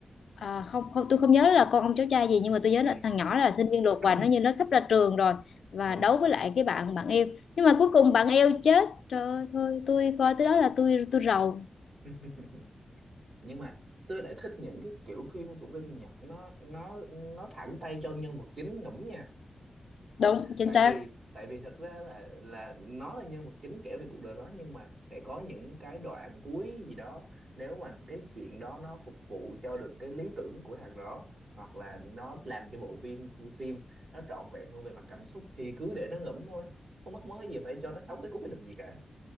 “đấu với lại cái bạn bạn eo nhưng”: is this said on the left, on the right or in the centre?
Left